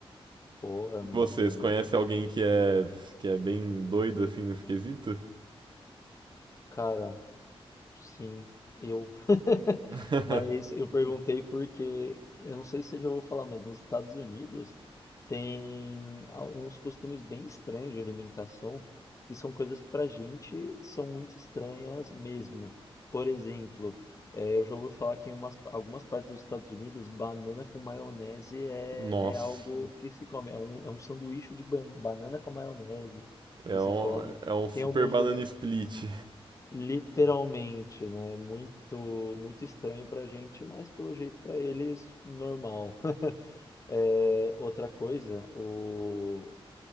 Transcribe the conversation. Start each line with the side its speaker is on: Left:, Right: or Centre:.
Left: Pô, é
Right: E
Left: muito
Right: vocês
Left: bom.
Right: conhecem
Left: se você-
Right: alguém que é, que é bem doido assim nesse quesito?
Left: Cara, sim, eu. <laughs>
Right: <laughs>
Left: Mas eu perguntei porque, eu não sei se eu já vou falar, mas nos Estados Unidos tem a- uns costumes bem estranhos de alimentação, que são coisas que pra gente são muito estranhas mesmo. Por exemplo, eh, eu já ouvi falar que em umas- algumas partes dos Estados Unidos, banana com maionese é,
Right: Nossa.
Left: é algo que se come. É um, é um sanduíche de ban- banana com maionese
Right: É
Left: que se
Right: um,
Left: come.
Right: é um super
Left: Tem alguns
Right: banana
Left: lugares,
Right: split.
Left: literalmente, né? Muito, muito estranho pra gente, mas pelo jeito pra eles, normal. É, outra coisa, o,